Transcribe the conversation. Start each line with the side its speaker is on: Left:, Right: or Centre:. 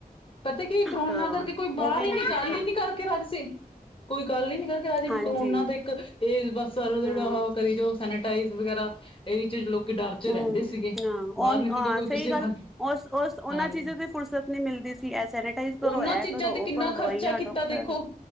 Left: ਪਤਾ ਕੀ ਕਰੋਨਾ
Centre: ਤਾਂ
Left: ਕਰਕੇ ਕੋਈ ਬਾਹਰ
Centre: ਉਹ ਵੀ
Left: ਹੀ ਨੀ
Centre: ਕੀਤਾ
Left: ਗੱਲ ਹੀ ਨੀ ਕਰਕੇ ਰੱਜ ਸੀ। ਕੋਈ ਗੱਲ ਹੀ ਨੀ ਕਰਕੇ ਜੀ ਵੀ
Centre: ਹਾਂਜੀ
Left: ਕੋ ਕਰੋਨਾ ਤੇ ਇੱਕ ਇਹ ਬਸ ਸਾਰਾ ਜਿਹੜਾ
Centre: ਹਾਂ
Left: ਕਰੀ ਜਾਉ ਸੈਨੇਟਾਈਜ਼ ਵਗੈਰਾ ਇਹੀ ਚ ਡਰ
Centre: ਹੂੰ,
Left: ਰਹਿੰਦੇ ਸੀਗੇ
Centre: ਹਾਂ
Left: ਬਾਹਰ
Centre: ਓਹ
Left: ਨਿਕਲ ਕੇ ਕੋਈ
Centre: ਸਹੀ
Left: ਕਿਸੇ
Centre: ਗੱਲ ਉਸ, ਉਸ
Left: ਹਾਂਜੀ
Centre: ਉਹਨਾਂ ਚੀਜ਼ਾਂ ਤੇ ਫੁਰਸਤ ਨੀ ਮਿਲਦੀ ਸੀ ਇਹ ਸੈਨੇਟਾਈਜ਼ ਕਰੋ
Left: ਉਹਨਾਂ
Centre: ਇਹ
Left: ਚੀਜ਼ਾਂ
Centre: ਕਰੋ
Left: ਤੇ ਕਿੰਨਾ
Centre: ਉਹ ਕਰੋ
Left: ਖਰਚਾ
Centre: ਦਵਾਈਆਂ
Left: ਕੀਤਾ
Centre: ਡਾਕਟਰ
Left: ਦੇਖੋ।